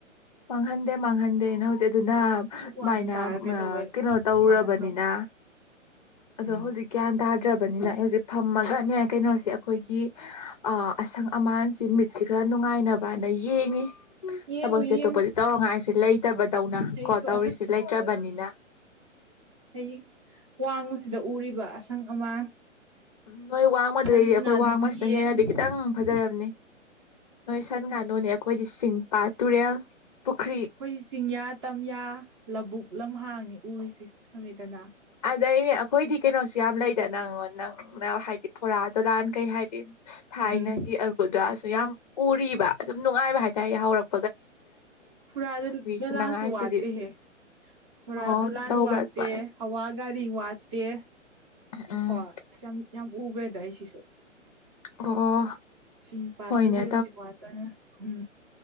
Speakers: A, on the left; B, on the right.
A: ꯃꯥꯡꯍꯟꯗꯦ ꯃꯥꯡꯍꯟꯗꯦ ꯑꯩꯅ ꯍꯧꯖꯤꯛ ꯑꯗꯨꯅ
B: ꯁꯨꯛ ꯋꯥꯅ
A: ꯃꯥꯏꯅ
B: ꯆꯥꯔ ꯀꯩꯗꯧꯕꯩ
A: ꯀꯩꯅꯣ ꯇꯧꯔꯕꯅꯤꯅ
B: ꯃꯥꯡꯍꯟ ꯆꯧ
A: ꯑꯗꯣ
B: ꯎꯝ
A: ꯍꯧꯖꯤꯛ ꯀꯗ ꯠꯇ꯭ꯔꯕꯅꯤꯅ ꯍꯧꯖꯤꯛ ꯐꯝꯃꯒꯅꯦ ꯀꯩꯅꯣꯁꯦ ꯑꯩꯈꯣꯏꯒꯤ ꯑꯁꯪ ꯑꯃꯥꯟ ꯁꯤ ꯃꯤꯠꯁꯤꯦ ꯈꯔ ꯅꯨꯡꯉꯥꯏꯅꯕꯅ ꯌꯦꯡꯉꯤ
B: ꯌꯦꯡꯉꯨ
A: ꯊꯕꯛꯁꯦ
B: ꯌꯦꯡꯉꯨ
A: ꯑꯇꯣꯞꯄꯗꯤ ꯇꯧꯔꯉꯥꯏꯁꯦ ꯂꯩꯇꯕꯗꯧꯅ
B: ꯑꯩꯁꯨ
A: ꯀꯣ ꯇꯧꯔꯤꯁꯦ ꯂꯩꯇ꯭ꯔꯕꯅꯤꯅ
B: ꯍ ꯋꯥꯡꯕꯁꯤꯗ ꯎꯔꯤꯕ ꯑꯁꯪ ꯑꯃꯥꯟ
A: ꯎꯝ ꯅꯣꯏ ꯋꯥꯡꯃꯗꯗꯒꯤꯩꯗꯤ
B: ꯁꯟ
A: ꯑꯩꯈꯣꯏ
B: ꯉꯥꯅꯨ
A: ꯋꯥꯡꯕꯁꯤꯅ
B: ꯌꯦꯟ
A: ꯍꯦꯟꯅꯗꯤ
B: ꯑꯩꯈꯣꯏ
A: ꯈꯤꯇꯪ ꯐꯖꯔꯝꯅꯤ ꯅꯣꯏ ꯁꯟ ꯉꯥꯅꯨꯅꯦ ꯑꯩꯈꯣꯏꯗꯤ ꯆꯤꯡ ꯄꯥꯠ ꯇꯨꯔꯦꯜ ꯄꯨꯈ꯭ꯔꯤ
B: ꯑꯩꯈꯣꯏ ꯆꯤꯡꯌꯥ ꯇꯝꯌꯥ ꯂꯧꯕꯕꯨꯛ ꯂꯝꯍꯥꯡꯅꯤ ꯎꯔꯤꯁꯦ ꯈꯪꯉꯤꯗꯅ
A: ꯑꯗꯩꯅꯦ ꯑꯩꯈꯣꯏꯗꯤ ꯀꯩꯅꯣꯁꯨ ꯌꯥꯝ ꯂꯩꯗ ꯅꯪꯉꯣꯟ ꯅꯪꯅ ꯍꯥꯏꯗꯤ ꯐꯣꯔꯥ ꯗꯨꯂꯥꯟ ꯀꯩ ꯍꯥꯏꯗꯤ ꯊꯥꯏꯅꯒꯤ
B: ꯎꯝ
A: ꯑꯔꯨꯗꯣ ꯑꯁꯨ ꯌꯥꯝ ꯎꯔꯤꯕ ꯑꯗꯨꯝ ꯅꯨꯡꯉꯥꯏꯕ ꯍꯥꯏꯇꯥꯔꯦ ꯍꯧꯔꯛꯄ
B: ꯐꯨꯔꯥꯗ ꯗꯂꯜꯆ
A: ꯈꯨꯅꯉꯥꯏꯁꯤꯗꯤ
B: ꯑꯇ ꯍ ꯊꯔꯥ
A: ꯑꯣ
B: ꯗꯨꯂꯥꯟ
A: ꯇꯧꯕ꯭ꯔꯥ
B: ꯋꯥꯇꯦ
A: ꯑꯗꯨꯃꯥꯏꯅ
B: ꯍꯋꯥꯒꯔꯤ ꯋꯥꯇꯦ
A: ꯎꯝ
B: ꯍꯣꯏ ꯑꯁ ꯌꯥꯝ ꯌꯥꯝ ꯎꯈ꯭ꯔꯦꯗ ꯑꯩꯁꯤꯁꯨ
A: ꯑꯣ
B: ꯏꯁꯤꯡ ꯄꯥꯠ
A: ꯍꯣꯏꯅꯦ
B: ꯇꯨꯔꯦꯜꯁꯤ ꯋꯥꯗꯅ ꯊꯨꯝ